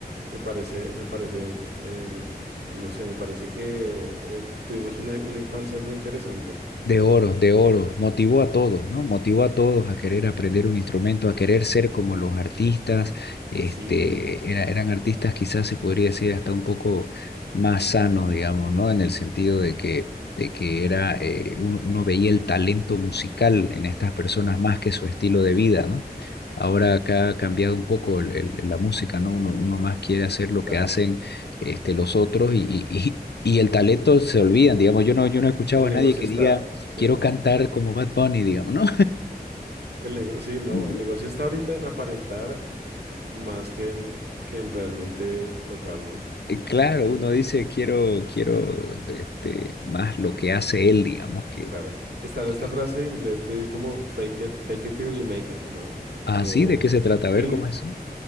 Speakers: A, on the right; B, on the left.
A: me parece, me parece, em, no sé, me parece que o, eh, tuvimos una, una infancia muy interesante.
B: De oro, de oro.
A: Eh,
B: Motivó a todos,
A: ujú.
B: ¿no? Motivó a todos a querer aprender un instrumento, a querer ser como los artistas. Este,
A: Sí,
B: era- eran artistas quizás se podría decir hasta un poco más sanos, digamos, ¿no? En el sentido de que, de que era, eh, uno, uno veía el talento musical en estas personas más que su estilo de vida, ¿no? Ahora acá ha cambiado un poco el- el- la música, ¿no? Uno, uno más quiere hacer lo
A: claro.
B: que hacen, este, los otros y, y, y- y el talento se olvidan, digamos. Yo no, yo no he escuchado
A: El
B: a nadie
A: negocio
B: que
A: está,
B: diga
A: sí.
B: quiero cantar como Bad Bunny, digamos, ¿no?
A: El negocio, sí, no,
B: <laughs>
A: el negocio está ahorita en aparentar más que en, que en realmente tocar, ¿no?
B: Eh, Claro,
A: En-
B: uno dice, quiero, quiero este, más lo que hace él, digamos, que,
A: claro. Está
B: que...
A: esta frase en inglés que es como fake it, fake it till you make it, ¿no?
B: Ah,
A: Como
B: sí, ¿de qué se trata? A
A: fin,
B: ver, ¿cómo es eso?